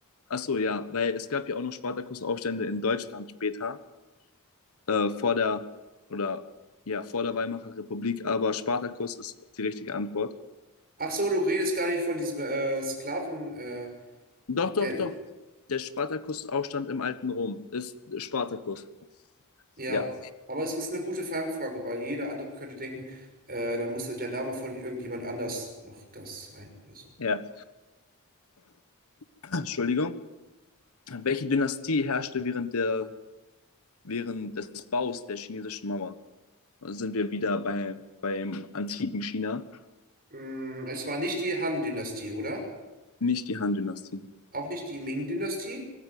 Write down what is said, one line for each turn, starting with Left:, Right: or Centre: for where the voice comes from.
Left: Ach so, ja, weil es gab ja auch noch Spartakusaufstände in Deutschland später, äh, vor der, oder ja, vor der Weimarer Republik, aber Spartakus ist die richtige Antwort.
Right: Ach so, du redest gar nicht von diesem äh, Sklaven, äh,
Left: Doch, doch,
Right: der,
Left: doch. Der Spartakusaufstand im alten Rom ist Spartakus.
Right: Ja,
Left: Ja,
Right: aber es ist eine gute Fangfrage, weil jeder andere könnte denken, äh, dann musste der Name von irgendjemand anders noch das sein oder so.
Left: ja. <clears throat> Entschuldigung. Welche Dynastie herrschte während der, während des Baus der chinesischen Mauer? Da sind wir wieder bei, beim antiken China.
Right: Mm, es war nicht die Han-Dynastie, oder?
Left: Nicht die Han-Dynastie.
Right: Auch nicht die Ming-Dynastie?